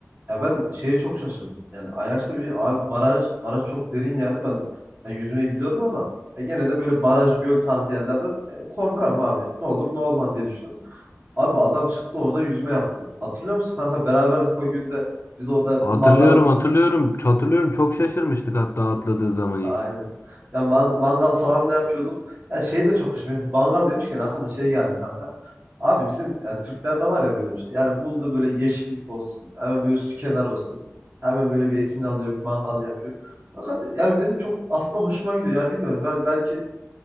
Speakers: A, on the right; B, on the left.
A: Ya ben şeye çok şaşırdım. Yani Ayaş'ta bir abi baraj, baraj çok derin yani ben yani yüzmeyi biliyorum ama e, gene de böyle baraj, göl tarzı yerlerden e, korkarım abi. Ne olur ne olmaz diye düşünürüm. Abi adam çıktı orada yüzme yaptı. Hatırlıyor musun kanka beraberdik o günde. Biz orada
B: Hatırlıyorum
A: mangal
B: hatırlıyorum. Hatırlıyorum çok şaşırmıştık hatta atladığı zaman
A: Aynen.
B: ilk.
A: Ya man- mangal falan da yapıyorduk. Ya şey de çok hoşuma. Mangal demişken aklıma şey geldi kanka. Abi bizim ya Türklerde var ya böyle bir şey. Yani buldu böyle yeşillik olsun. Hemen böyle su kenarı olsun. Hemen böyle bir etini alıyor, bir mangal yapıyor. Fakat yani benim çok aslında hoşuma gidiyor. Yani bilmiyorum. Yani belki